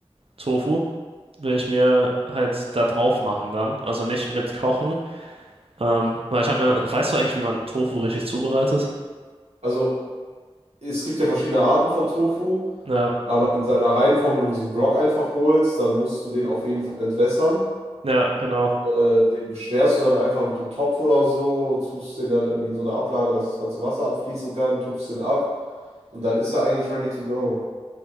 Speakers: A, on the right; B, on the right.
A: Tofu will ich mir halt da drauf machen dann. Also nicht mit kochen. Ähm, weil ich habe mir, weißt du eigentlich, wie man Tofu richtig zubereitet?
B: Also, es gibt ja verschiedene Arten von Tofu,
A: Ja,
B: aber in seiner reinen Form, wenn du diesen Block einfach holst, dann musst du den auf jeden Fall entwässern.
A: ja, genau.
B: Äh, den beschwerst du dann einfach mit einem Topf oder so, tust den dann irgendwie in so eine Ablage, dass das ganze Wasser abfließen kann, tupfst den ab und dann ist er eigentlich ready to go.